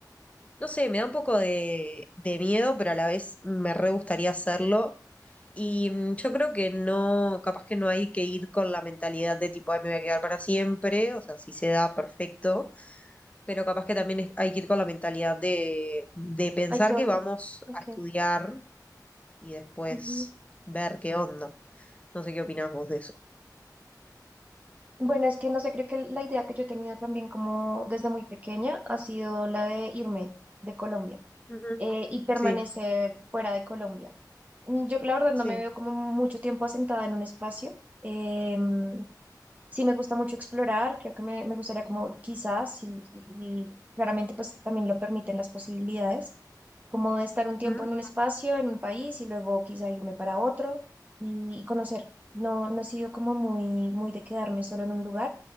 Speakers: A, on the left; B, on the right.
A: no sé, me da un poco de, de miedo, pero a la vez me re gustaría hacerlo Y mm, yo creo que no, capaz que no hay que ir con la mentalidad de tipo, ay, me voy a quedar para siempre, o sea, si se da, perfecto, pero capaz que también es- hay que ir con la mentalidad de, de pensar
B: Hay que
A: que
B: volver.
A: vamos
B: Okay.
A: a estudiar y después
B: ujú.
A: ver qué onda. No sé qué opinás vos de eso.
B: Bueno, es que no sé, creo que la idea que yo he tenido también como desde muy pequeña ha sido la de irme de Colombia
A: Ujú,
B: eh, y permanecer
A: Sí,
B: fuera de Colombia. Mm, Yo la verdad
A: sí,
B: no me veo como mucho tiempo asentada en un espacio. Em, sí me gusta mucho explorar, creo que me, me gustaría como quizás, y, y- y claramente pues también lo permiten las posibilidades como de estar un tiempo
A: ujú,
B: en un espacio, en un país y luego quizá irme para otro y, y conocer. No, no he sido como muy, muy de quedarme solo en un lugar.